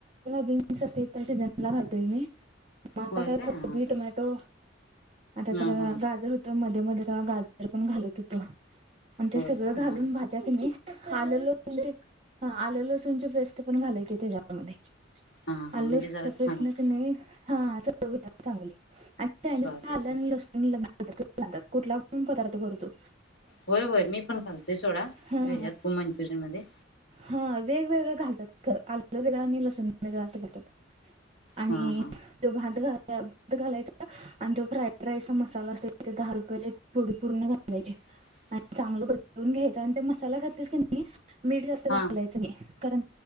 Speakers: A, on the right (about 30°); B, on the left (about 70°).
A: बीन्स असते सिजनला घालतोय मी. आता
B: होय
A: काय कोबी,
B: हा हा
A: टोमॅटो, आता
B: हा
A: तर
B: हा
A: गाजर होतं मध्ये. मध्ये-मध्ये तवा गाजर पण घालत होतो. आणि ते
B: होय
A: सगळं
B: काय हा
A: घालून भाज्या कनी आले लसूणची, आले लसूणची पेस्ट पण घालायची त्याच्यामध्ये.
B: हा हा
A: आलं
B: म्हणजे
A: लसूण
B: जरा
A: च्या
B: छान
A: पेस्टन
B: होत
A: कणी, चव येत्या चांगली. चायनीजला
B: स्वाद येतो.
A: अल्ल लसूणची पेस्ट घालतात. कुठलाण पदार्थ कर तू.
B: होय-होय मी पण घालतोय सोडा.
A: हा
B: हेच्यात कोबीमंचुरियन मध्ये.
A: हा वेगवेगळं घालतात. आलं वेगळं आणि लसूण वेगळं असं घालतात. आणि
B: हा हा
A: तो भात घ घालायचा. आणि तो फ्राईड राईसचा मसाला असतो. तो दहा रुपयाचे पुडी पूर्ण घालायची.
B: ह <unintelligible>
A: चांगलं परतून घ्यायचं. आणि ते मसाला घातलीस की नई. मीठ जास्त घालायचं
B: हा
A: नाही. कारण